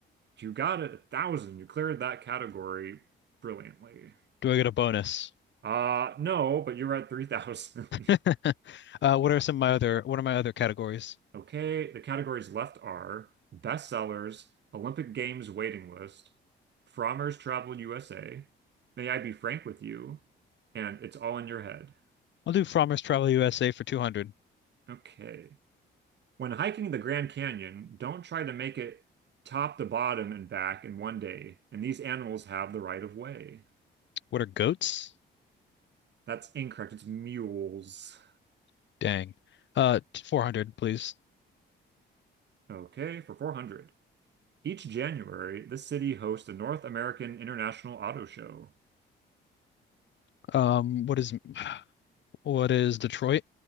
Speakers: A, on the right; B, on the left.
A: You got it, a thousand. You cleared that category brilliantly.
B: Do I get a bonus?
A: Uh, no, but you're at 3,000.
B: <laughs>
A: <laughs>
B: Uh, what are some of my other what are my other categories?
A: Okay, the categories left are bestsellers, Olympic Games waiting list, Frommer's Travel USA, May I Be Frank with You, and It's All in Your Head.
B: I'll do Frommer's Travel USA for 200.
A: Okay. When hiking the Grand Canyon, don't try to make it top to bottom and back in one day, and these animals have the right of way.
B: What are goats?
A: That's incorrect. It's mules.
B: Dang. Uh, 400, please.
A: Okay, for 400. Each January, the city hosts a North American International Auto Show.
B: Um, what is what is Detroit?